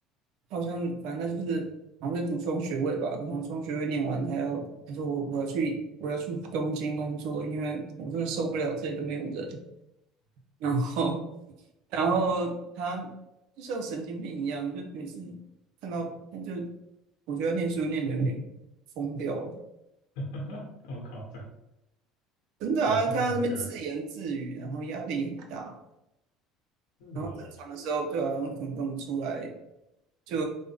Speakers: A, on the right; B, on the left.
A: 好像反正他就是好像在读双学位吧，然后双学位念完，他要他说我我要去我要去东京工作，因为我真的受不了这里都没有人。然后然后他就像神经病一样，就每次看到他就我觉得念书念的有点疯掉了，
B: <laughs> 这么夸张，
A: 真的啊，
B: 反社会人格是
A: 看他那边自言自语，然后压力很大，
B: 哦，
A: 然后正常的时候，对啊，然后可能跟我们出来就